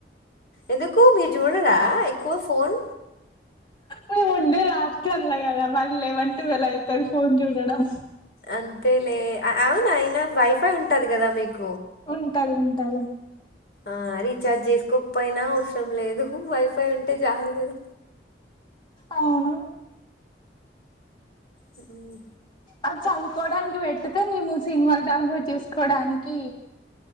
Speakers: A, on the left; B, on the left.
A: ఎందుకు మీరు చూడరా ఎక్కువ ఫోన్
B: నువ్ ఉండేది హాస్టలో కదా మరి లెవన్ ట్వెలవ్ అవుతది ఫోన్ చూడడం
A: అంతే లే అవును అయినా వైఫై ఉంటది కదా మీకు
B: ఉంటది టైం
A: ఆ రీచార్జ్ చేసుకోకపోయినా అవసరం లేదు వైఫై ఉంటే చాలు కదా
B: అవును
A: మ్మ్
B: అది చదువుకోవడానికి పెట్టితే నేను సినిమాలు డౌన్లోడ్ చేసుకోడానికి